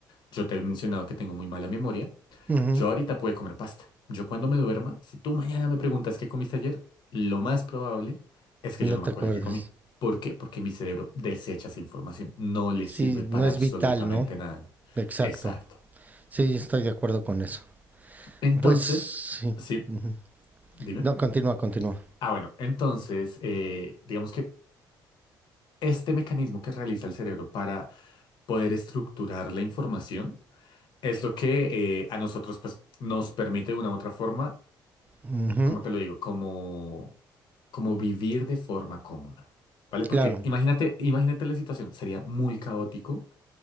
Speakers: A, on the left; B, on the right.
A: yo te he mencionado que tengo muy mala memoria.
B: Ujú,
A: Yo ahorita puedo comer pasta. Yo cuando me duerma, si tú mañana me preguntas qué comiste ayer, lo más probable es que
B: No
A: yo no
B: te
A: me acuerdo
B: acuerdes.
A: qué comí. ¿Por qué? Porque mi cerebro desecha esa información. No le
B: Sí,
A: sirve para
B: no es
A: absolutamente
B: vital, ¿no?
A: nada.
B: Exacto.
A: Exacto.
B: Sí, estoy de acuerdo con eso.
A: Entonces,
B: Pues sí.
A: sí,
B: ujú.
A: dime.
B: No, continúa, continúa.
A: Ah, bueno, entonces, eh, digamos que este mecanismo que realiza el cerebro para poder estructurar la información es lo que eh, a nosotros pues, nos permite de una u otra forma,
B: Ujú,
A: como te lo digo, como, como vivir de forma cómoda. ¿Vale? Porque
B: Claro,
A: imagínate, imagínate la situación, sería muy caótico